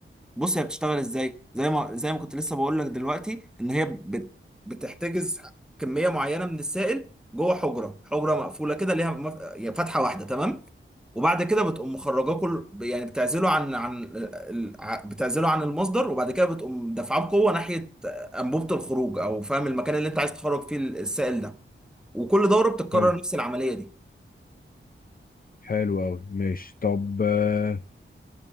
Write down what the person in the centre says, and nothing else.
بص هي بتشتغل ازاي زي ما زي ما كنت لسه بقول لك دلوقتي ان هي بت... بتحتجز كميه معينه من السائل جوه حجره حجره مقفوله كده ليها مف... يعني فتحه واحده تمام وبعد كده بتقوم مخرجاه كل يعني بتعزله عن عن ال- ع- بتعزله عن المصدر وبعد كده بتقوم دافعاه بقوه ناحيه انبوبه الخروج او فاهم المكان اللي انت عايز تخرج فيه السائل ده وكل دوره بتتكرر
نفس العمليه دي